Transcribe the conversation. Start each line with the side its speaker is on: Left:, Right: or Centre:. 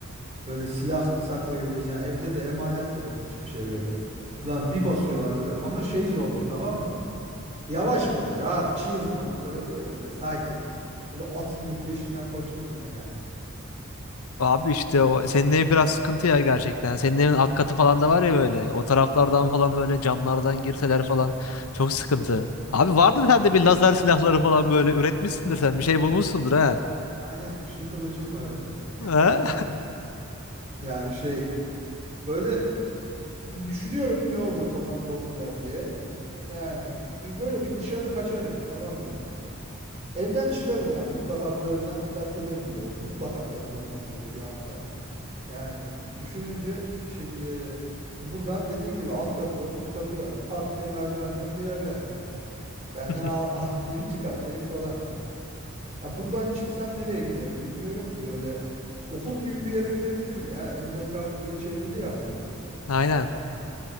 Right: Böyle silah saklayabileceğin evde de emanet de yok hiçbir şey böyle. Ulan bir basıyorlar böyle ama şey zombi tamam mı? Yavaş böyle rahat chill zombiler olur ya böyle sakin. Böyle at gibi peşinden koşturmuyor yani.
Left: Abi işte o senin ev biraz sıkıntı ya gerçekten. Senin evin alt katı falan da var ya böyle. O taraflardan falan böyle camlardan girseler falan çok sıkıntı. Abi vardır sende bir lazer silahları falan böyle üretmişsindir
Right: <laughs>
Left: sen. Bir şey bulmuşsundur ha.
Right: Aynen ışın kılıcım var evde.
Left: Ha?
Right: <laughs> Yani şey böyle bir düşünüyorum ne olur falan zombiler diye. Yani bir böyle bir dışarı kaçarım tamam mı? Evden çıkarım ya mutlaka bu evden terk ederim bu evi. Mutlaka terk etmem gerekiyor hatta. Yani düşününce şimdi buradan dediğin gibi alt katı var üst katı var. Pat diye merdivenden girerler. Zaten
Left: <laughs>
Right: al, <laughs> birinci kattayız falan. Ya buradan çıksam nereye giderim bilmiyorum ki. Böyle okul gibi bir yere gidebilirim ya. Onun etrafı böyle çevrili yani.
Left: Aynen.